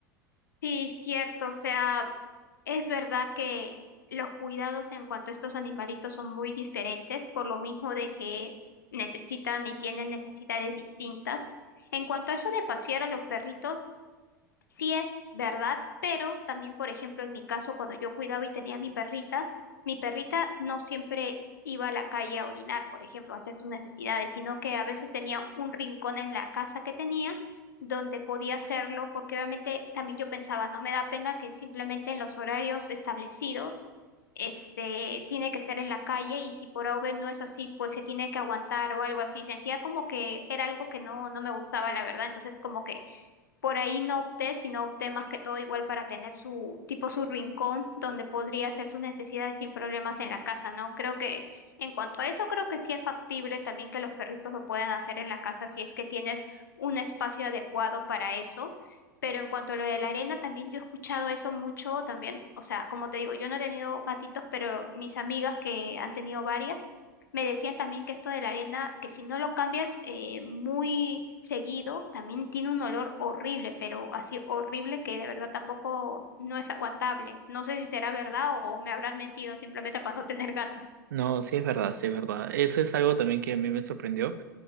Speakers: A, on the left; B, on the right.
A: Sí, cierto, o sea, es verdad que los cuidados en cuanto a estos animalitos son muy diferentes, por lo mismo de que necesitan y tienen necesidades distintas. En cuanto a eso de pasear a los perritos, Sí es verdad, pero también, por ejemplo, en mi caso, cuando yo cuidaba y tenía mi perrita, mi perrita no siempre iba a la calle a orinar, por ejemplo, a hacer sus necesidades, sino que a veces tenía un rincón en la casa que tenía donde podía hacerlo, porque obviamente también yo pensaba, no me da pena que simplemente en los horarios establecidos, este, tiene que ser en la calle y si por A o B no es así, pues se tiene que aguantar o algo así. Sentía como que era algo que no, no me gustaba, la verdad, entonces como que por ahí no opté, sino opté más que todo igual para tener su tipo su rincón donde podría hacer sus necesidades sin problemas en la casa, ¿no? Creo que en cuanto a eso, creo que sí es factible también que los perritos lo puedan hacer en la casa si es que tienes un espacio adecuado para eso. Pero en cuanto a lo de la arena, también yo he escuchado eso mucho también. O sea, como te digo, yo no he tenido gatitos, pero mis amigas que han tenido varias. Me decían también que esto de la arena, que si no lo cambias eh, muy seguido, también tiene un olor horrible, pero así horrible que de verdad tampoco no es aguantable. No sé si será verdad o me habrán mentido simplemente para no tener gato.
B: No, sí es verdad, sí es verdad. Eso es algo también que a mí me sorprendió